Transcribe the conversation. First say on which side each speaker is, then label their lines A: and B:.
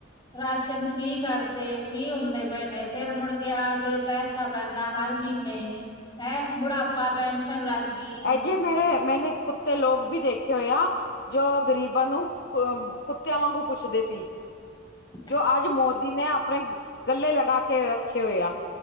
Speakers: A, on the left; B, on the left.
A: ਰਾਸ਼ਨ ਫ੍ਰੀ ਕਰ ਤੇ, ਫ੍ਰੀ ਹੁੰਦੇ ਪਏ ਨੇ, ਫੇਰ ਮੁੜ ਕੇ ਆ ਫੇਰ ਪੈਸਾ ਪੈ ਅ ਹਰ ਮਹੀਨੇ ਹੈਂ ਬੁਢਾਪਾ ਪੈਨਸ਼ਨ ਲੱਗ ਗਈ
B: ਜੇ ਮੇਰੇ ਮੈਨੇ ਕੁੱਤੇ ਲੋਕ ਵੀ ਦੇਖੇ ਹੋਏ ਆ ਜੋ ਗਰੀਬਾਂ ਨੂੰ ਕੁੱਤੇਆਂ ਵਾਂਗੂੰ ਪੁੱਛਦੇ ਸੀ।
A: <inaudible>
B: ਜੋ ਅੱਜ ਮੋਦੀ ਨੇ ਅਪਣੇ ਗੱਲੇ ਲਗਾ ਕੇ ਰੱਖੇ ਹੋਏ ਆ।